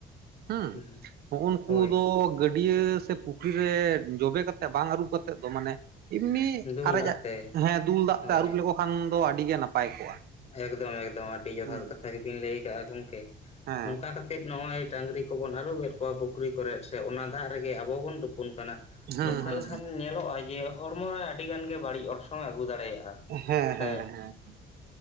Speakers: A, on the right (about 65°); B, on the left (about 40°).
A: ᱦᱩᱸ
B: ᱦᱮᱸ
A: ᱦᱩᱸᱜᱼᱩᱱᱠᱩ
B: ᱦᱳᱭ
A: ᱫᱚ ᱜᱟᱹᱰᱭᱟᱹ ᱥᱮ ᱯᱩᱠᱷ ᱯᱩᱠᱷᱨᱤ ᱨᱮ ᱡᱚᱵᱮ ᱠᱟᱛᱮᱫ ᱵᱟᱝ ᱟᱹᱨᱩᱵ ᱠᱟᱛᱮᱫ ᱫᱚ ᱢᱟᱱᱮᱼᱼ ᱮᱢᱱᱤ
B: ᱫᱩᱞ
A: ᱟᱨᱮᱡᱟᱜ
B: ᱫᱟᱜ ᱛᱮ
A: ᱦᱮᱸ ᱫᱩᱞ ᱫᱟᱜ
B: ᱦᱳᱭ
A: ᱛᱮ ᱟᱹᱨᱩᱵ ᱞᱮᱠᱚ ᱠᱷᱟᱱ ᱫᱚ ᱟᱹᱰᱤ ᱜᱮ ᱱᱟᱯᱟᱭ ᱠᱚᱜᱼᱟ।
B: ᱮᱠᱫᱚᱢ ᱮᱠᱫᱚᱢ ᱟᱹᱰᱤ ᱡᱚᱛᱷᱟᱛ
A: ᱦᱩᱸ
B: ᱠᱟᱛᱷᱟ ᱜᱮᱵᱤᱱ ᱞᱟᱹᱭ ᱟᱠᱟᱜᱼᱟ ᱜᱚᱝᱠᱮ
A: ᱦᱮᱸ
B: ᱱᱚᱝᱠᱟ ᱠᱟᱛᱼᱼ ᱠᱟᱛᱮᱫ ᱱᱚᱜᱼᱚᱭ ᱰᱟᱝᱨᱤ ᱠᱚᱵᱚᱱ ᱟᱹᱨᱩᱵᱮᱫ ᱠᱚᱣᱟ ᱯᱩᱠᱷᱨᱤ ᱠᱚᱨᱮᱫ ᱥᱮ ᱚᱱᱟ ᱫᱟᱜ ᱨᱮᱜᱮ ᱟᱵᱚ ᱵᱚᱱ ᱛᱩᱯᱩᱱ ᱠᱟᱱᱟ
A: ᱦᱩᱸ
B: ᱱᱚᱝᱠᱟ
A: ᱦᱩᱸ
B: ᱞᱮᱠᱷᱟᱱ ᱧᱮᱞᱚᱜᱼᱟ ᱡᱮᱼᱼ ᱦᱚᱲᱢᱚ ᱨᱮ ᱟᱹᱰᱤ ᱜᱟᱱ ᱜᱮ ᱵᱟᱹᱲᱤᱡ ᱚᱨᱥᱚᱝ ᱮ ᱟᱹᱜᱩ ᱫᱟᱲᱮᱭᱟᱜᱼᱟ
A: ᱦᱮᱸ
B: ᱥᱮ
A: ᱦᱮᱸ ᱦᱮᱸ